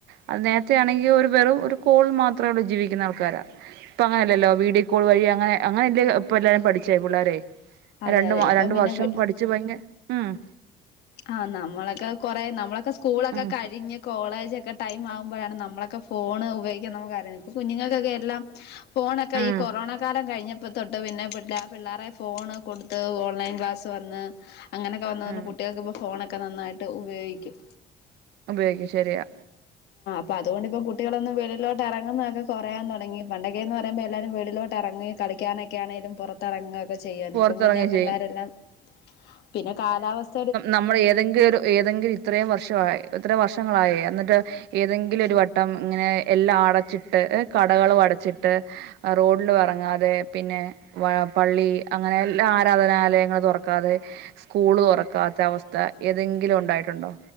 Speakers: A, on the right; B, on the left.
A: അത് നേരത്തെ ആണെങ്കി ഒരു വെറും ഒരു കോൾ മാത്രേടെ ജീവിക്കുന്ന ആൾക്കാരാ ഇപ്പങ്ങനല്ലല്ലോ വീഡിയോ കോൾ വഴി അങ്ങനെ അങ്ങനെ ഇപ്പ എല്ലാരും പഠിച്ചെ പിള്ളാരേ ആഹാ
B: അതെ
A: രണ്ട്
B: അതെ ഇപ്പം
A: രണ്ടു
B: പിന്നെ
A: വർഷം പഠിച്ചു പോയെങ്കെ ഉംഹ്
B: ആഹ് നമ്മളൊക്കെ കൊറെ നമ്മളൊക്കെ സ്കൂളൊക്കെ
A: ഉം
B: കഴിഞ്ഞ് കോളേജക്കെ ടൈം ആവുമ്പഴാണ് നമ്മള ഒക്കെ ഫോണ് ഉപയോഗിക്കാൻ നമുക്കറിയിന്ന് ഇപ്പൊ കുഞ്ഞുങ്ങെക്കെക്കെ എല്ലാം ഫോണൊക്കെ
A: ഉം
B: ഈ കൊറോണ കാലം കഴിഞ്ഞ ഇപ്പ തൊട്ട് പിന്നെ പി പിള്ളേരെ ഫോൺ കൊടുത്ത് ഓൺലൈൻ ക്ലാസ് വന്ന് അങ്ങനെക്കെ വന്ന് വന്ന
A: ഉം
B: ഫോണൊക്കെ നന്നായിട്ട് ഉപയോഗിക്കും
A: ഉപയോഗിക്കും ശെരിയാ
B: അപ്പത്കൊണ്ടിപ്പം കുട്ടികളൊന്നും വെളിയിലോട്ടെറങ്ങുന്നൊക്കെ കൊറയാൻ തൊടങ്ങി പണ്ടൊക്കെയെന്ന് പറയുമ്പോ എല്ലാരും വെളിയിലോട്ടെറങ്ങി ക കളിക്കാനൊക്കെയാണേലും പൊറത്തിറെങ്ങെക്കെ ചെയ്യവാര്ന്ന്
A: പൊറത്തിറങ്ങി
B: ഇപ്പം പിന്നെ പിള്ളേരെല്ലാം
A: ചെയ്യും
B: പിന്നെ കാലാവസ്ഥ
A: നമ്മള് ഏതെങ്കിലൊരു ഏതെങ്കിലു ഇത്രയും വർഷവായി ഇത്ര വർഷങ്ങളായി എന്നിട്ട് ഏതെങ്കിലും ഒരു വട്ടം ഇങ്ങനെ എല്ലാം അടച്ചിട്ട് കടകളും അടച്ച് ച്ചിട്ട് റോഡിലും എറങ്ങാതെ പിന്നെ പള്ളി അങ്ങനെയെല്ലാ ആരാധനാലയങ്ങളും തൊറക്കാതെ സ്കൂള് തൊറക്കാത്ത അവസ്ഥ ഏതെങ്കിലും ഉണ്ടായിട്ടുണ്ടോ?